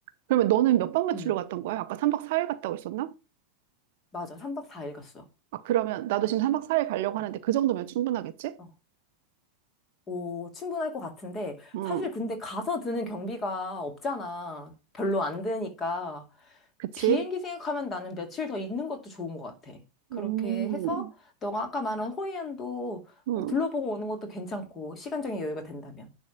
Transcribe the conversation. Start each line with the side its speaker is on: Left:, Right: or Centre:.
Right: 그러면 너는 몇 박 며칠로
Left: 음,
Right: 갔던 거야? 아까 3박 4일 갔다고 했었나?
Left: 맞아. 3박 4일 갔어.
Right: 아, 그러면 나도 지금 3박 4일 가려고
Left: 음.
Right: 하는데 그 정도면 충분하겠지?
Left: 어, 오, 충분할 것 같은데,
Right: 음,
Left: 사실 근데 가서 드는 경비가 없잖아. 별로 안 드니까.
Right: 그치?
Left: 비행기 생각하면 나는 며칠 더 있는 것도 좋은 것 같아. 그렇게
Right: 음,
Left: 해서, 너가 아까 말한 호이안도
Right: 음.
Left: 뭐 둘러보고 오는 것도 괜찮고, 시간적인 여유가 된다면.